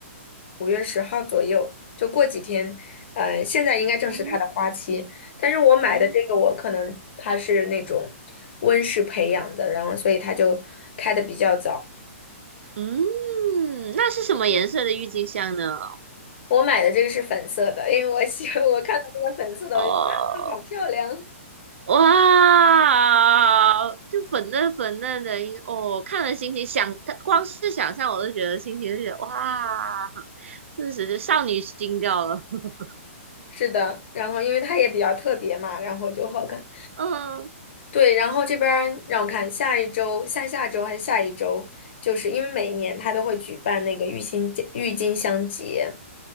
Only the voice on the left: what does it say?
五月十号左右，就过几天，呃，现在应该正是它的花期。
但是我买的这个，
我可能它是那种温室培养的，然后所以它就开的比较早。
我买的这个是粉色的，因为我喜欢，<laughs> 我看到这个粉色的，
我就觉得啊，好漂亮。
是的，然后因为它也比较特别嘛，然后就好看。
对，然后这边儿让我看，下一周、下下周还是下一周，就是因为每一年它都会举办那个郁金郁金香节。